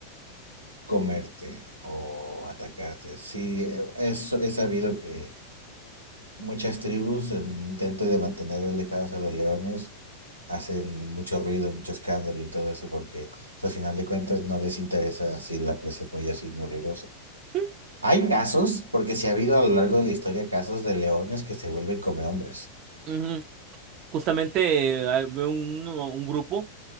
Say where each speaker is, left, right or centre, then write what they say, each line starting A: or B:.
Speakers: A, on the right; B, on the right.
A: comerte o atacarte. Sí, eh, es, es sabido que Muchas tribus, en un intento de mantener alejados a los leones, hacen mucho ruido, mucho escándalo y todo eso, porque pues, al final de cuentas no les interesa si la presa es muy así, muy ruidosa.
B: Sí.
A: Hay casos, porque sí ha habido a lo largo de la historia casos de leones que se vuelven hombres.
B: Ujú. Justamente eh, había un, un grupo